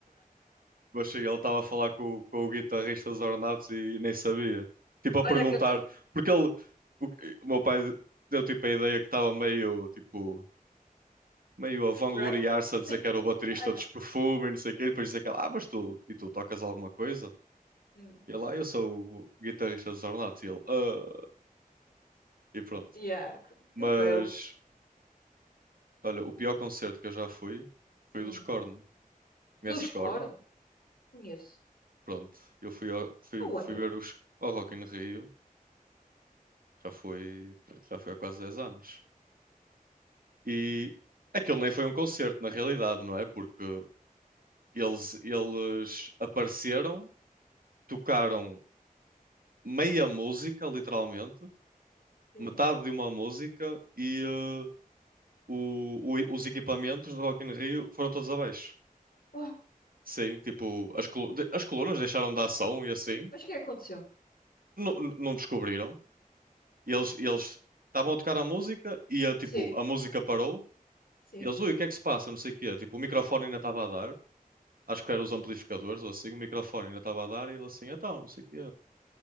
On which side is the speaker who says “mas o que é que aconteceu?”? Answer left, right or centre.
Left